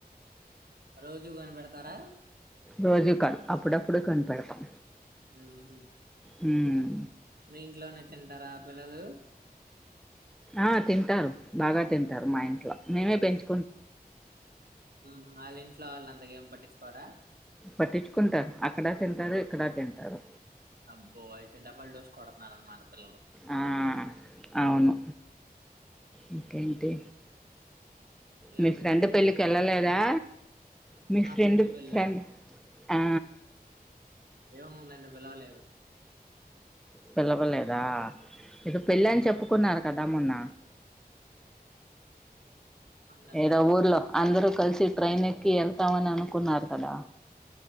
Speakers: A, on the right; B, in the centre.
A: రోజు కొనిపెడతారా
B: రోజు కాదు అప్పుడప్పుడు కొనిపెడతాం
A: హ్మ్ హు
B: మ్మ్
A: మీ ఇంట్లోనే తింటారా ఆ పిల్లలు
B: ఆ తింటారు బాగా తింటారు మా ఇంట్లో మేమే పెంచు
A: హ్మ్ హు వాళ్ళ ఇంట్లో వాళ్ళు అంతగ ఏం పట్టించుకోరా
B: పట్టించుకుంటారు అక్కడా తింటారు ఇక్కడా తింటారు
A: అబ్బో అయితే డబుల్ డోస్ కొడుతున్నరనమాటా పిల్లలు
B: ఆ అవును ఇంకేంటి
A: నేను
B: మీ ఫ్రెండ్
A: మికిందింటే
B: పెళ్ళికి వెళ్ళలేదా
A: ఆమెకిద్దా
B: మీ
A: మా
B: ఫ్రెండ్
A: పిల్ల
B: ఫ్రెండ్ ఆ
A: ఏమో <unintelligible> పిలవలేదు
B: పిలవలేదా ఇదో
A: మ్మ్
B: పెళ్ళి అని చెప్పుకున్నారు కదా మొన్న
A: నన్ను
B: ఏదో
A: పిలవలేదు
B: ఊర్లో అందరుూ కలిసి కి ట్రైన్ ఎక్కి వెళ్తామని అనుకున్నారు కదా